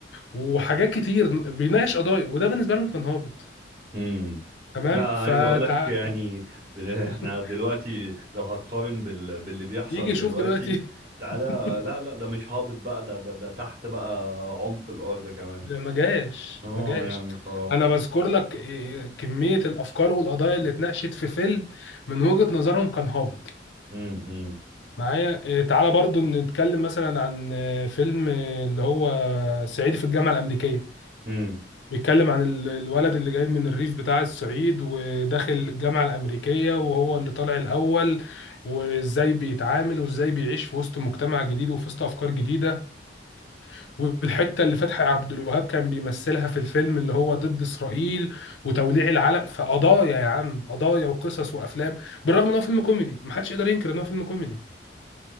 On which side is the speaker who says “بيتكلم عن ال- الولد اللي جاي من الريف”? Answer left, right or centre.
Left